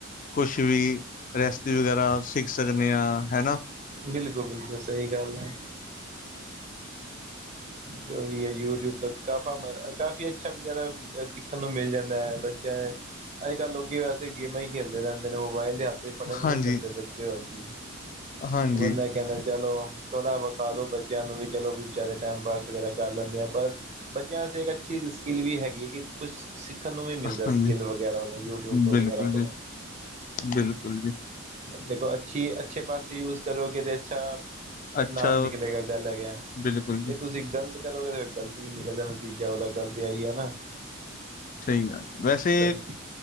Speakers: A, on the left (about 40°); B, on the right (about 35°).
A: ਕੁਛ ਵੀ ਰੈਸਪੀ ਵਗੈਰਾ ਸਿੱਖ ਸਕਨੇ ਹਾਂ ਹੈਨਾ।
B: ਬਿਲਕੁਲ- ਬਿਲਕੁਲ ਸਈ ਗੱਲ ਐ। ਜੋ ਵੀ ਏ ਯੂਟਿਊਬ ਤ ਕਾਫਾ ਮ ਕਾਫੀ ਅੱਛਾ ਸਿੱਖਨ ਨੂੰ ਮਿਲ ਜਾਂਦੈ ਬੱਚਿਆ, ਅੱਜ ਕੱਲ੍ਹ ਲੋਕੀ ਵੈਸੇ ਗੇਮਾਂ ਈ ਖੇਲਦੇ ਰੈਂਦੇ ਨੇ ਮੋਬਾਇਲ ਤੇ ਹੱਥ ਚ ਫੜਨ ਈ
A: ਹਾਂਜੀ,
B: ਨੀ ਦਿੰਦੇ ਬੱਚੇ ਹੋਰਕੀ।
A: ਹਾਂਜੀ,
B: ਬੰਦਾ ਕੈਂਦਾ ਚਲੋ ਥੋੜਾ ਵਿਖਾਲੋ ਬੱਚਿਆਂ ਨੂੰ ਵੀ ਚਲੋ ਵੀ ਵਿਚਾਰੇ ਟਾਈਮ ਪਾਸ ਵਗੈਰਾ ਕਰ ਲੈਂਦੇ ਆ ਪਰ ਬੱਚਿਆਂ ਵਾਸਤੇ ਇੱਕ ਅੱਛੀ ਸਕਿੱਲ ਵੀ ਹੈਗੀ ਏ ਕਿ ਕੁਛ ਸਿੱਖਨ ਨੂੰ ਵੀ ਮਿਲਦਾ
A: ਹਾਂਜੀ।
B: ਸਕਿੱਲ ਵਗੈਰਾ ਯੂਟਿਊਬ ਤੋਂ
A: ਬਿਲਕੁਲ
B: ਵਗੈਰਾ ਤੋਂ।
A: ਜੀ, ਬਿਲਕੁਲ ਜੀ,
B: ਦੇਖੋ ਅੱਛੀ ਅੱਛੇ ਪਾਸੇ ਯੂਜ ਕਰੋਗੇ ਤੇ ਅੱਛਾ ਪਰ
A: ਅੱਛਾ
B: ਨਾਮ ਨਿਕਲੇਗਾ ਗੱਲ ਹੈਗਾ।
A: ਬਿਲਕੁਲ ਜੀ।
B: ਇਹ ਤੁਸੀਂ ਗ਼ਲਤ ਕਰੋਗੇ ਤੇ ਫੇਰ ਗ਼ਲਤ ਵੀ ਨਿਕਲਦਾ ਨਤੀਜਾ ਉਦਾ ਗਲ ਤੇ ਆ ਈ ਏ ਨਾ।
A: ਸਈ ਗੱਲ ਏ ਵੈਸੇ
B: ਸਹੀ